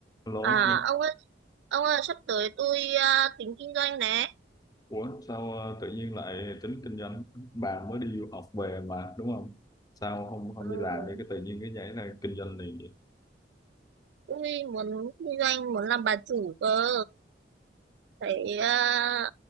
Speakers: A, on the left (about 20°); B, on the right (about 70°).
A: Lố,
B: À
A: nghe-
B: ông ơi, ông ơi sắp tới tôi à, tính kinh doanh nè.
A: ủa sao ờ, tự nhiên lại tính kinh doanh? Bà mới đi du học về mà đúng không? Sao không không
B: Ừ,
A: đi làm đi cái tự nhiên cái nhảy ra kinh doanh liền vậy?
B: tôi muốn kinh doanh, muốn làm bà chủ cơ. Thấy à,